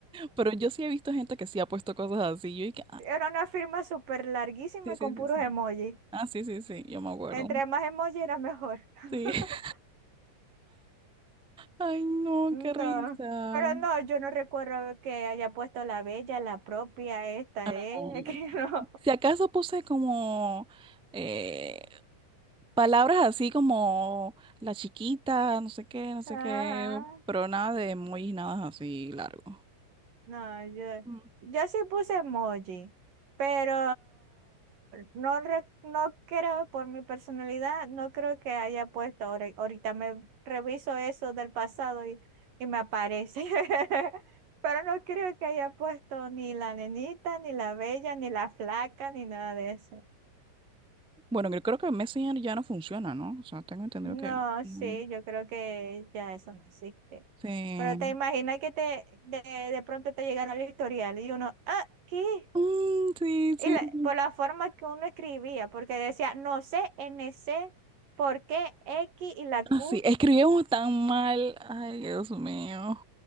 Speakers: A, in the centre; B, on the right (about 80°).
A: Pero yo sí he visto gente que sí ha puesto cosas así. Yo dije, ah,
B: Era una firma súper larguísima
A: sí,
B: y
A: sí,
B: con puros
A: sí, sí.
B: emojis.
A: Ah, sí, sí, sí, yo me acuerdo.
B: Entre más emojis era mejor. <laughs>
A: Sí. <laughs> Ay, no,
B: No,
A: qué risa.
B: pero no, yo no recuerdo que haya puesto la bella, la propia, esta,
A: No,
B: ¿eh?
A: no,
B: <laughs> que no.
A: no. Si acaso puse como eh, palabras así como la chiquita, no sé qué, no sé
B: Ajá.
A: qué, pero nada de emojis, nada así largo.
B: No, yo,
A: Mm.
B: yo sí puse emoji, pero no, re- no creo, por mi personalidad, no creo que haya puesto. ahora- Ahorita me reviso eso del pasado y, y me aparece. <laughs> Pero no creo que haya puesto ni la nenita, ni la bella, ni la flaca, ni nada de eso.
A: Bueno, yo creo que Messenger ya no funciona, ¿no? O sea, tengo entendido
B: No,
A: que... no.
B: sí,
A: no.
B: yo creo que ya eso no existe.
A: Sí.
B: Pero te imaginas que te de, de pronto te llegara el historial y uno, ah, ¿qué?
A: Mm, sí,
B: Y
A: sí,
B: la-
A: sí.
B: por la forma que uno escribía, porque decía, no sé, n c ¿por qué X y la
A: Ah,
B: Q,
A: sí, escribimos tan mal. Ay, Dios mío.